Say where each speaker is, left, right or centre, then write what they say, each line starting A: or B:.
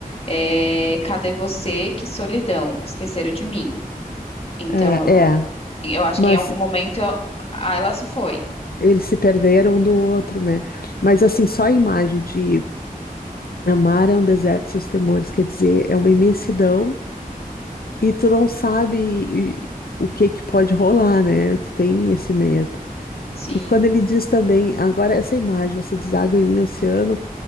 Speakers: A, on the left (about 40°); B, on the left (about 80°).
A: é, cadê você? Que solidão, esqueceram de mim. Então,
B: é,
A: eu,
B: é, é.
A: eu acho
B: Mas
A: que em algum momento eu- ah, ela se foi.
B: eles se perderam um do outro, né? Mas assim, só a imagem de amar é um deserto e seus temores, quer dizer, é uma imensidão E tu não sabe e- o que que pode rolar, né? Tu tem esse medo.
A: Sim.
B: E quando ele diz também, agora essa imagem, você diz água em mim, oceano,